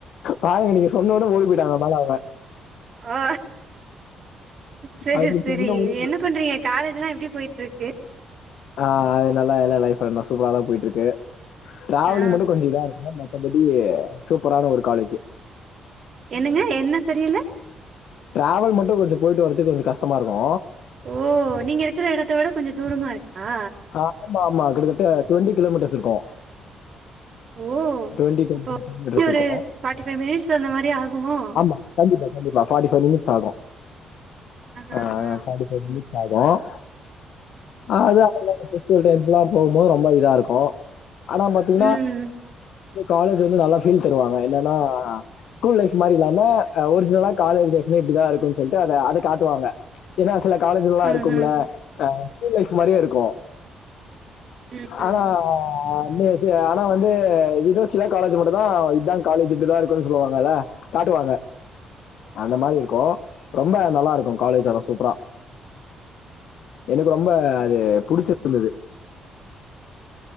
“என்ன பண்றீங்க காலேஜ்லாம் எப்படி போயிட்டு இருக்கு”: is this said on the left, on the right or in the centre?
Right